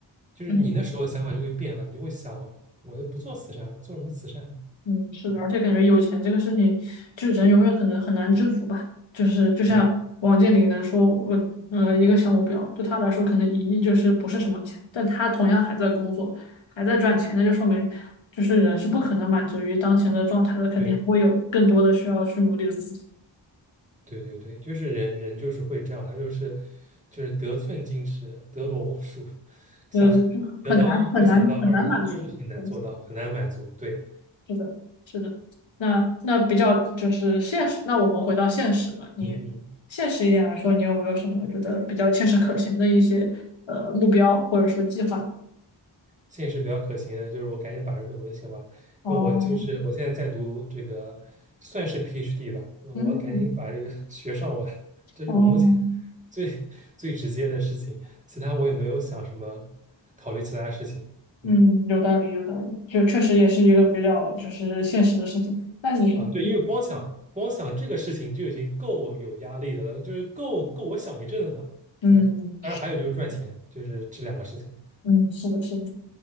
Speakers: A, on the right (about 15°); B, on the left (about 75°).
A: 就是你那时候的想法就会变了，
B: 嗯
A: 你就会想，我不做慈善了，做什么慈善啊？
B: 嗯，是的，
A: 对
B: 而且感觉有钱这个事情，就是人永远可能很难知足吧。就是就像王健林能说，
A: 对
B: 我呃一个小目标，对他来说可能一亿就是不是什么钱，但他同样还在工作，还在赚钱，那就说明就是人是不可能满足于当前的状态的，肯定还会有更多的需要去努力的东西，
A: 对。对对对，就是人人就是会这样，他就是就是得寸进尺，得陇望蜀，<laughs> 想
B: 对对，就很难很难很难满足。
A: 得到一就想到二，他就是很难做到，
B: 嗯
A: 很难满足。对，
B: 是的，是的。那那比较就是现实，那我们回到现实吧。你现实一点来说，
A: 嗯嗯，
B: 你有没有什么觉得比较切实可行的一些呃目标或者说计划
A: 现实比较可行的就是我赶紧把这论文写完，
B: 哦，
A: 因为我就是我现在在读这个算是 PhD 吧，那我赶紧把这个
B: 嗯，
A: <laughs> 学上完，这是我目前
B: 哦，
A: <laughs> 最最直接的事情，其他我也没有想什么考虑其他的事情。嗯。
B: 嗯，有道理，有道理，就确实也是一个比较就是现实的事情。那你，
A: 啊，对，因为光想光想这个事情就已经够有压力的了，就是够够我想一阵子了。
B: 嗯
A: 嗯，当然还有就是赚钱，就是这两个事情。
B: 嗯，是的，是的。